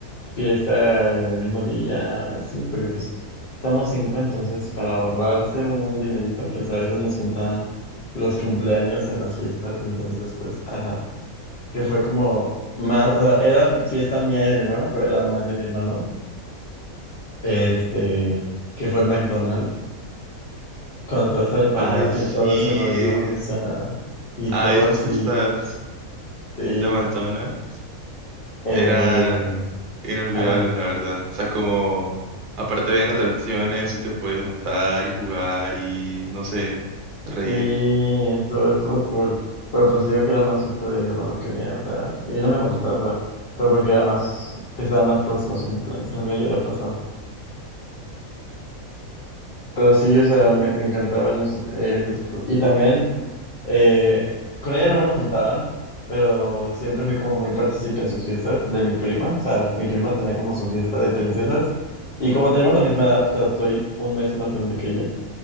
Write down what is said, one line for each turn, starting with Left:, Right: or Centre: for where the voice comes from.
Left: fiesta en el mismo día, así, porque pues somos cinco, entonces para ahorrarse un dinerito, pues a veces nos juntaban los cumpleaños en las fiestas, entonces pues, ajá que fue como más, o sea, era fiesta mía y de mi hermano, pero era más de mi hermano, este, que fue en McDonald's, cuando todo eso del payaso
Right: Ay, sí.
Left: y todo ese rollo, o sea, y
Right: Ay,
Left: todo
Right: esas
Left: así,
Right: fiestas
Left: sí,
Right: de McDonald's
Left: eh,
Right: eran inolvidables,
Left: ajá,
Right: la verdad. O sea, como aparte habían atracciones y te podías montar y jugar y no sé, reír.
Left: sí, estuvo, estuvo cool, pero pues digo que era más fiesta de mi hermano que mía, o sea, y no me molestaba, o sea, pero porque era más, estaba más próximo a su cumpleaños, el mío ya había pasado. Pero sí, o sea, me, me encantaban ese, eh, ese tipo. Y también, eh, con ella no me lo juntaban, pero siempre fui como muy partícipe en sus fiestas de mi prima. O sea, mi prima tenía como su fiesta de princesas. Y como tenemos la misma edad, o sea, soy un mes más grande que ella.